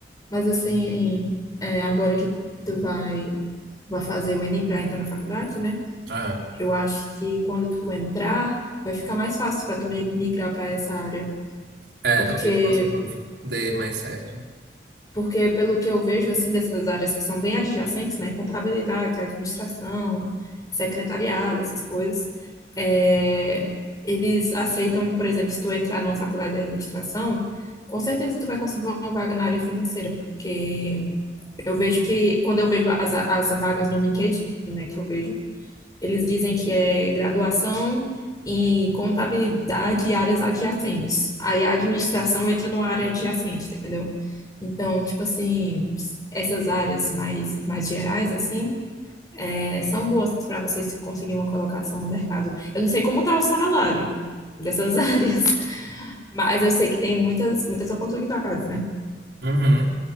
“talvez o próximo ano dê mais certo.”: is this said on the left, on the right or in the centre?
Right